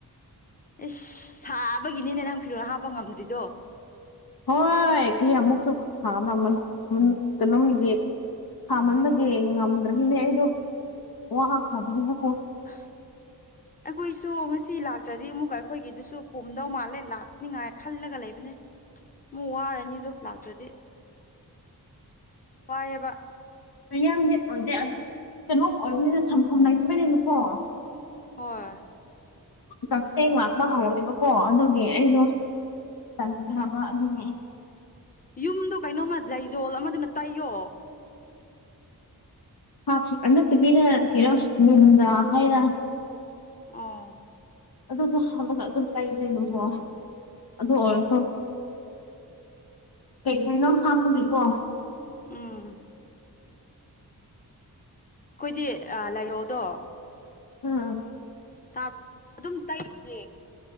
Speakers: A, on the left; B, on the left.
A: ꯏꯁ ꯁꯥꯕꯒꯤꯅꯤꯅꯦ ꯅꯪ ꯐꯤꯔꯣꯅ ꯍꯥꯞꯄ ꯉꯝꯗ꯭ꯔꯤꯗꯣ
B: ꯍꯣꯏ ꯀꯌꯥꯃꯨꯛꯁꯨ ꯍꯥ ꯃꯥ ꯃꯩ ꯑꯃꯨꯛ ꯀꯩꯅꯣꯝꯒꯤ ꯁꯥꯃꯟꯕꯒꯤ ꯉꯝꯗ꯭ꯔꯅꯤꯅꯦ ꯑꯩꯗꯣ ꯑꯣ ꯍꯥ ꯈꯕꯅꯤꯅ ꯀꯣ
A: ꯑ ꯑꯩꯈꯣꯏꯁꯨ ꯉꯁꯤ ꯂꯥꯛꯇ꯭ꯔꯗꯤ ꯑꯃꯨꯛꯀ ꯑꯩꯈꯣꯏꯒꯤꯗꯨꯁꯨ ꯄꯨꯝꯗꯧ ꯃꯥꯜꯂꯦ ꯂꯥꯛꯅꯤꯉꯥꯏ ꯈꯜꯂꯒ ꯂꯩꯕꯅꯦ ꯃꯨꯛ ꯋꯥꯔꯅꯤꯗꯣ ꯂꯥꯛꯇ꯭ꯔꯗꯤ ꯋꯥꯏꯌꯦꯕ
B: ꯃꯌꯥꯝꯗꯤ ꯑꯣꯏꯗꯦ ꯑꯗꯣ ꯀꯩꯅꯣ ꯑꯣꯏꯕꯅꯤꯅ ꯊꯝꯐꯝ ꯂꯩꯇꯕꯅꯤꯅꯀꯣ
A: ꯍꯣꯏ
B: ꯀꯛꯊꯦꯡ ꯂꯥꯛꯄ ꯍꯧꯔꯦꯕꯀꯣ ꯑꯗꯨꯒꯤ ꯑꯩꯗꯣ ꯇꯟꯊꯕ ꯑꯗꯨꯒꯤ
A: ꯌꯨꯝꯗꯣ ꯀꯩꯅꯣꯝꯃ ꯂꯩꯖꯣꯜ ꯑꯃꯗꯨꯅ ꯇꯩꯌꯣ
B: ꯍꯥꯞ ꯑꯗꯨꯅꯠꯇꯕꯤꯅ ꯀꯩꯅꯣ ꯂꯤꯟꯖꯥ ꯍꯥꯏꯔ
A: ꯑꯥ
B: ꯑꯗꯨꯁꯨ ꯍꯞꯂꯒ ꯑꯗꯨꯝ ꯇꯩꯕꯅꯦꯕꯀꯣ ꯑꯗꯨ ꯑꯣꯏꯔꯁꯨ ꯀꯦꯛ ꯃꯤꯅꯣ ꯍꯥꯞꯄꯒꯤꯀꯣ
A: ꯎꯝ ꯑꯩꯈꯣꯏꯗꯤ ꯑꯥ ꯂꯥꯏꯂꯣꯗꯣ
B: ꯎꯝ
A: ꯇꯥꯔ ꯑꯗꯨꯝ ꯇꯩꯕꯒꯤ